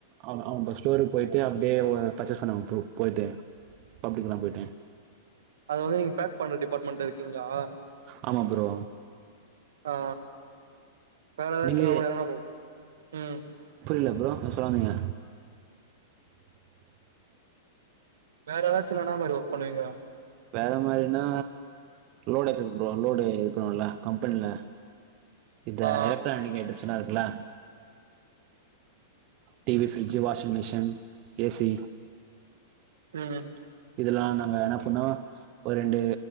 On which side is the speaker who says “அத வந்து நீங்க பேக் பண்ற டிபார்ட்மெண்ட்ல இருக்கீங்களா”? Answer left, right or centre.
Right